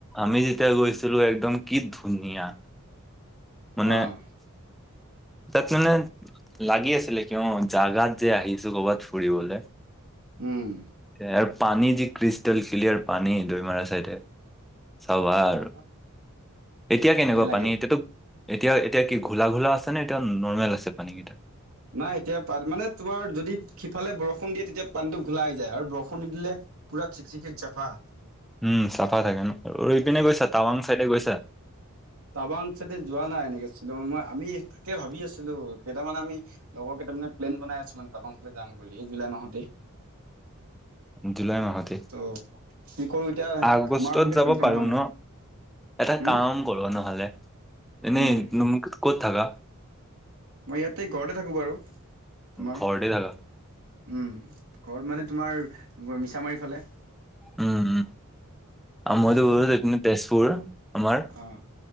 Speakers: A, in the centre; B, on the right.
A: আমি যেতিয়া গৈছিলো। একদম কি ধুনীয়া মানে
B: অ',
A: তাক মানে লাগি আছিলে, কিয় জাগাত যে আহিছো কৰবাত ফুৰিবলৈ
B: উম।
A: আৰু পানী যি ক্ৰিষ্টেল ক্লিয়াৰ পানী দৈমাৰা চাইডে চাবা
B: অ',
A: আৰু। এতিয়া কেনেকুৱা
B: ধুনীয়া লাগে।
A: পানী এতিয়াতো এতিয়া এতিয়া কি ঘোলা ঘোলা আছেনে এতিয়া নৰ্মেল আছে পানীকেইটা।
B: নাই এতিয়া পা মানে তোমাৰ যদি সিফালে বৰষুণ দিয়ে তেতিয়া পানীতটো ঘোলা হৈ যায় আৰু বৰষুণ নিদিলে পুৰা চিকচিকিয়া চাফা।
A: উম চাফা থাকে। ন ৰিপিনে গৈছা টাৱাং চাইডে গৈছা।
B: টাবাং চেডে যোৱা নাই। এনেকেছিলো মই আমি তাকে ভাবি আছিলো। কেইটামান আমি লগৰ কেইটাৰ মানে প্লেন বনাই আছো টাবাং ফালে যাম বুলি জুলাই মাহতে
A: জুলাই মাহতে
B: ত' কি কৰো এতিয়া
A: আগষ্টত
B: আমাৰ মানে
A: যাব
B: কনফাৰ্ম
A: পাৰো
B: হোৱা নাই।
A: ন এটা
B: হম,
A: কাম কৰ নহলে এনেই
B: উম,
A: ক'ত থাকা।
B: মই ইয়াতে ঘৰতে থাকো বাৰু তোমাৰ
A: ঘৰতে থাকা
B: উম ঘৰত মানে তোমাৰ মিছামাৰি ফালে
A: উম আৰু মই
B: ত'
A: গ কি তেজপুৰ আমাৰ
B: অ',